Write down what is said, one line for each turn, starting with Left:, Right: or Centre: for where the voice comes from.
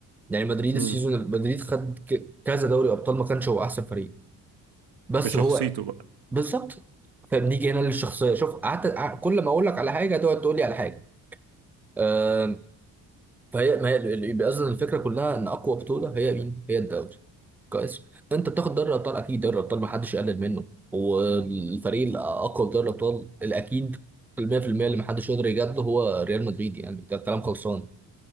Centre: يعني مدريد
Right: امم
Centre: السيزون مدريد خد ك- كذا دوري ابطال ما كانش هو احسن فريق بس
Right: بشخصيته
Centre: هو
Right: بقى
Centre: بالظبط فبنيجي هنا للشخصيه شوف قعدت قع- كل ما اقول لك على حاجه تقعد تقول لي على حاجه آم، فهي ما هي اللي بيأذن الفكره كلها ان اقوى بطوله هي مين؟ هي الدوري كويس انت بتاخد دوري الابطال اكيد دوري الابطال ما حدش يقلل منه والفريق الاقوى في دوري الابطال الاكيد ال 100% اللي ما حدش يقدر يجادله هو ريال مدريد يعني ده كلام خلصان